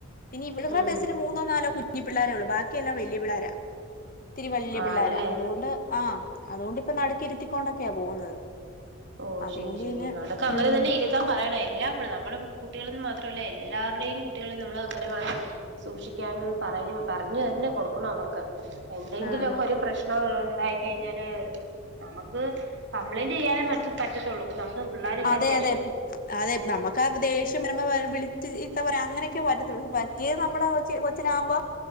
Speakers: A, on the left; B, on the right.
A: പിന്നെ ഇവിടുത്തെ
B: ഉം
A: ബസ്സിൽ മൂന്നോ നാലോ കുഞ്ഞ് ഞ്ഞി പിള്ളേരൊള്ളു ബാ ബാക്കിയെല്ലാ വല്യ പിള്ളാര ത്തിരി വല്യ പിള്ളോര
B: ആണല്ലേ
A: അതുകൊണ്ട് ആഹ് അതുകൊണ്ടിപ്പ ഇരുത്തിക്കൊണ്ടൊക്കെയാ പോകുന്നത്
B: ഓ
A: അതുകൊണ്ട്
B: ശരി ശരി
A: പിന്നെ
B: നടക്ക അങ്ങനെ
A: ഉം
B: തന്നെ ഇരുത്താൻ പറയണം ല്ല്യേ എല്ലാം പുള്ളാ നമ്മുടെ കുട്ടികളന്ന് മാത്രല്ല എല്ലാവരുടെേയും കുട്ടികളെയും നമ്മൾ അങ്ങനെ വേണം സൂക്ഷിക്കാൻ പറ പയഞ്ഞു പറഞ്ഞു തന്നെ കൊടുക്കണം അവർക്ക് എന്തെങ്കിലൊക്കെ
A: ആഹ്
B: ഒരു പ്രശ്നം ഒ ഇതായി കഴിഞ്ഞാല് നമുക്ക് കംപ്ലൈൻ്റിയാനെ മറ്റ് പറ്റത്തുള്ളു പ്പൊ നമുക്ക്. പിള്ളേരല്ലേ
A: അതെ
B: അത്യാവശ്യം
A: അതെ അതെ നമ്മുക്ക് ആ ദേഷ്യം വരുമ്പോ ആ വിളി റ്റ് ഇത്ത പറയാ അങ്ങനെയൊക്കെ പറ്റതൊള്ളു പറ്റിയത് നമ്മുടെ കൊച്ച് കൊച്ചിനാകുമ്പോ